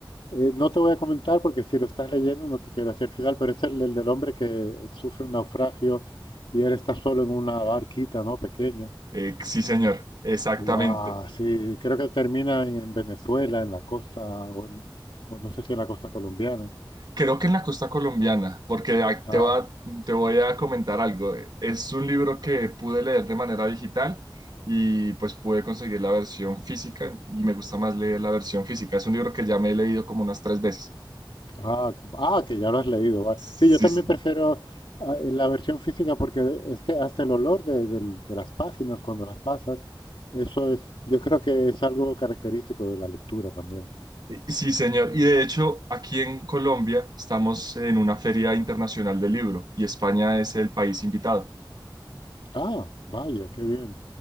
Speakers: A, on the left; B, on the right.
A: Eh, no te voy a comentar porque si lo estás leyendo no te quiero decir el final, pero es el, el del hombre que sufre un naufragio y él está solo en una barquita, ¿no? Pequeña.
B: Eh, sí, señor, exactamente.
A: Guau, sí, creo que termina en, en Venezuela, en la costa, o, en- o no sé si en la costa colombiana.
B: Creo que en la costa colombiana, porque ah,
A: Ah.
B: te va- te voy a comentar algo. Es un libro que pude leer de manera digital y pues pude conseguir la versión física y me gusta más leer la versión física. Es un libro que ya me he leído como unas tres veces.
A: Ah, c- ah, que ya lo has leído. va.
B: Sí,
A: Sí, yo también
B: sí.
A: prefiero ah, eh, la versión física porque es que hasta el olor de, del- de las páginas cuando las pasas, eso es, yo creo que es algo característico de la lectura también.
B: Sí, señor. Y de hecho, aquí en Colombia estamos en una feria internacional del libro y España es el país invitado.
A: Ah, vaya, qué bien.